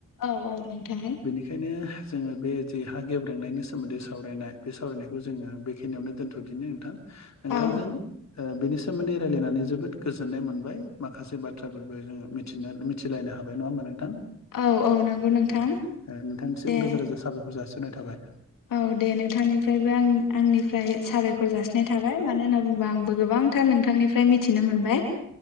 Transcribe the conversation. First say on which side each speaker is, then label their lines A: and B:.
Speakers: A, on the left; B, on the left.
A: औ औ नोंथां
B: बेखायनो जोंङो बे जे हा गेब्रांनायनि सोमोन्दै सावरायनाय बे सावरायनायखौ जोंङो बे खिनियावनो दोनथ'दिनो नोंथां नोंथांजों
A: औ
B: ओ बेनि सोमोन्दै रायलायनानै जोबोद गोजोन्नाय मोनबाय माखासे बाथ्राफोरबो जोंङो मि थाना मिथिलायनो हाबाय नङा होमबा नोंथां
A: औ औ नंगौ नोंथां
B: औ नोंथांनिसिम
A: दे
B: रोजा रोजा साबायखर जासिनाय थाबाय
A: औ दे नोंथांनिफ्रायबो आं आंनिफ्राय साबायखर जासिनाय थाबाय मानो होनना बुंङोबा आंबो गोबांथार नोंथांनि फ्राय मिथिनो मोनबाय